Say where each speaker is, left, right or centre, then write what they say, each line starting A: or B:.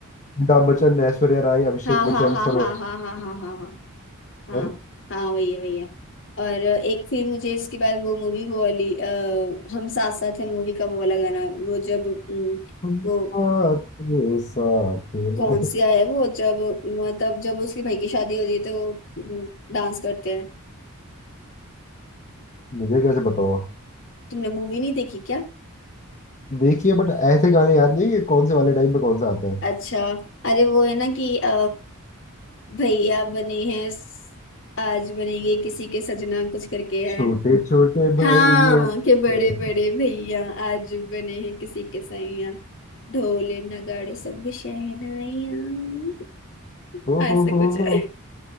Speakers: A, on the left; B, on the left.
A: अमिताभ बच्चन ऐश्वर्या राय अभिषेक
B: हाँ
A: बच्चन
B: हाँ हाँ
A: सब
B: हाँ
A: है
B: हाँ हाँ हाँ हाँ हाँ हाँ
A: है ना
B: हाँ वही है वही है और एक फिर मुझे इसके बाद वो मूवी वो वाली अ, हम साथ साथ है मूवी का वो वाला गाना वो जब अम,
A: हम
B: वो
A: साथ साथ हैं।
B: कौन सी है वो जब मतलब जब उसकी भाई की शादी होती है तो वो हम्म, डांस करते हैं
A: मुझे कैसे बताओ
B: तुमने मूवी नहीं देखी क्या
A: देखिए बट ऐसे गाने याद नहीं है कौन से वाले टाइम पे कौन सा आता है
B: अच्छा अरे वो है ना कि अ, भैया बने हैं स- आज बनेंगे किसी के सजना कुछ करके है
A: छोटे छोटे भाइयों
B: हाँ के बड़े
A: के-
B: बड़े भैया आज बने हैं किसी के सैया ढोल नगाड़े सब भी शहनाइया
A: ओ
B: ऐसे
A: हो हो
B: कुछ है
A: हो